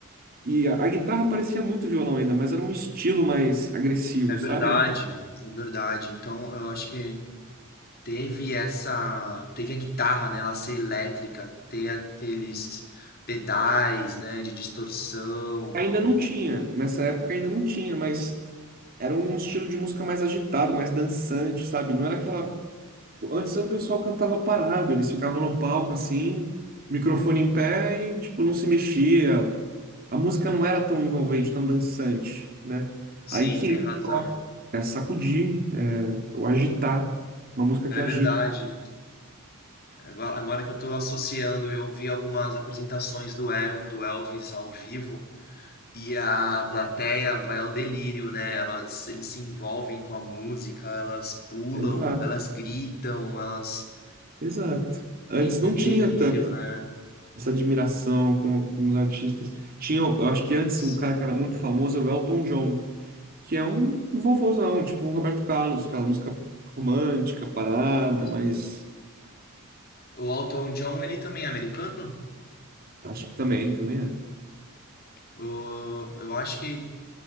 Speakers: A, on the right (about 45°); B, on the left (about 45°).
A: e a, a guitarra parecia muito violão ainda, mas era um estilo mais agressivo,
B: É verdade,
A: sabe?
B: é verdade. Então, eu acho que teve essa, teve a guitarra, né, ela ser elétrica, ter aqueles pedais, né, de distorção.
A: Ainda não tinha, nessa época ainda não tinha, mas era um estilo de música mais agitado, mais dançante, sabe? Não era aquela Antes o pessoal cantava parado, eles ficavam no palco assim, microfone em pé e tipo não se mexia. A música não era tão envolvente, tão dançante, né?
B: Sim,
A: Aí que
B: tem
A: entra
B: razão.
A: o rock, é sacudir, é o agitar, uma música
B: É
A: que agita.
B: verdade. Agora, agora que eu tô associando, eu vi algumas apresentações do El- do Elvis ao vivo E a plateia vai ao delírio, né? Elas, eles se envolvem com a música, elas pulam,
A: Exato,
B: elas gritam, elas
A: exato. Antes
B: entram
A: não tinha
B: em delírio,
A: tanto
B: né?
A: essa admiração com, com os artistas. Tinha, eu acho que antes
B: Sim,
A: um cara que era muito famoso era o Elton John, que é um vovôzão, tipo um Roberto Carlos, aquela música romântica, parada,
B: sim.
A: mas
B: O Elton John, ele também é americano?
A: Acho também, também é.
B: O- eu acho que